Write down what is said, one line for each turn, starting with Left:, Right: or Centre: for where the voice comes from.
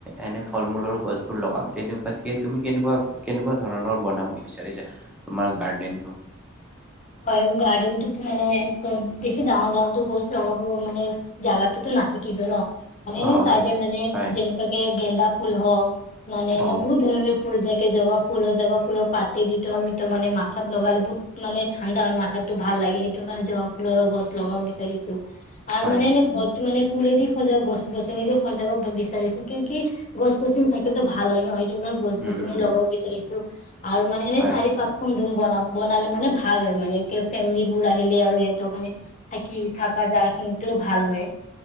Centre: এনে ফল মূলৰ গছবোৰ লগাম তেনেকুৱাতকে তুমি কেনেকুৱা কেনেকুৱা ধৰণৰ বনাব বিচাৰিছা তোমাৰ গাৰ্ডেনটো
Left: হয় গাৰ্ডেনটোত মানে বেছি ডাঙৰ ডাঙৰো গছ লগাব মানে জাগাটোতো নাথাকিব ন। মানে
Centre: অ',
Left: নো চাইদে
Centre: হয়,
Left: মানে
Centre: হয়।
Left: যেনেকুৱাকে গেন্দা ফুল হ মানে
Centre: অ'।
Left: এনে বহুত ধৰণৰ ফুল জাকে জবা ফুলৰ জবা ফুলৰ পাতে দি তো আমি তাৰ মানে মাথাত লগালে বহুত মানে থানদা হয় মাথাতো ভাল লাগে সেইটো কাৰণ জবা ফুলৰ গছ লগাব বিচাৰিছো । আৰু
Centre: হয়,
Left: মানে
Centre: হয়,
Left: এনে ঘৰটো মানে ফুলদি সজাব গছ গছনি দি সজাব বিচাৰিছো কি কি গছ গছনি থাকলে ভাল হয় ন? য গছ
Centre: উম,
Left: গছনি
Centre: উম,
Left: লগাব বিচাৰিছো । <inaudible> আৰু মানে এনেই
Centre: হয়।
Left: চাৰি পাঁচখন ধুম বন নবনালে মানে, ভাল হয় মানে ক ফেমিলী বোৰ আহিলে আৰু সিহঁতক মানে থাকি থকা জোগা খিনি তেও ভাল হয়